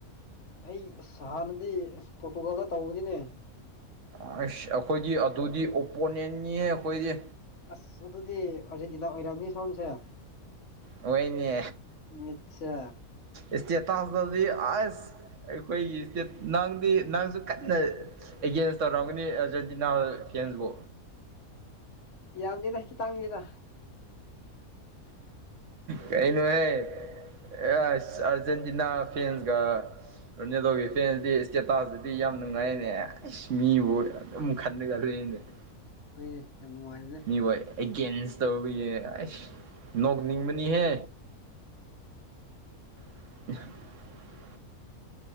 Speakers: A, on the left; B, on the right.
A: ꯑꯩ ꯍꯥꯟꯅꯗꯤ ꯄꯣꯔꯇꯨꯒꯥꯜꯗ ꯇꯧꯕꯅꯤꯅꯦ
B: ꯑꯁ ꯑꯩꯈꯣꯏꯗꯤ ꯑꯗꯨꯗꯤ ꯑꯣꯄꯣꯅꯦꯟꯅꯤ ꯑꯩꯈꯣꯏꯗꯤ
A: ꯑꯁ ꯑꯗꯨꯗꯤ ꯑꯔꯖꯦꯟꯇꯤꯅꯥ ꯑꯣꯏꯔꯝꯃꯤ ꯁꯣꯝꯁꯦ
B: ꯑꯣꯏꯅꯦ
A: ꯃꯤꯠꯁꯦ
B: ꯏꯁꯇꯦꯇꯥꯁꯇꯗ <unintelligible> ꯑꯩꯈꯣꯏꯒꯤ ꯏꯁꯇꯦꯠ ꯅꯪꯗꯤ ꯅꯪꯁꯨ ꯀꯟꯅ ꯑꯦꯒꯦꯟꯁ ꯇꯧꯔꯝꯒꯅꯤ ꯑꯔꯖꯦꯟꯇꯤꯅꯥ ꯐꯦꯟꯁꯕꯨ
A: ꯌꯥꯝꯅꯤꯔ ꯈꯤꯇꯥꯡꯅꯤꯔ
B: ꯀꯩꯅꯣꯍꯦ ꯑ ꯑꯔꯖꯦꯟꯇꯤꯅꯥ ꯐꯁꯒ <unintelligible> ꯔꯣꯅꯦꯗꯣꯒꯤ ꯐꯦꯟꯁꯤꯗꯤ ꯏꯁꯇꯦꯇꯥꯁꯇꯗꯤ ꯌꯥꯝ ꯅꯨꯡꯉꯥꯏꯅꯦ ꯃꯤꯕꯨ ꯑꯗꯨꯝ ꯈꯟꯂꯒ ꯂꯩꯨꯏꯅꯦ <unintelligible>
A: ꯍꯣꯏꯅꯦ ꯌꯥꯝ ꯅꯨꯡꯉꯥꯏꯕꯅꯦ
B: ꯏ ꯍ ꯑꯦꯒꯦꯟꯁ ꯇꯧꯔꯒꯤ ꯑꯁ ꯅꯣꯛꯅꯤꯡꯕꯅꯤꯍꯦ <inaudible>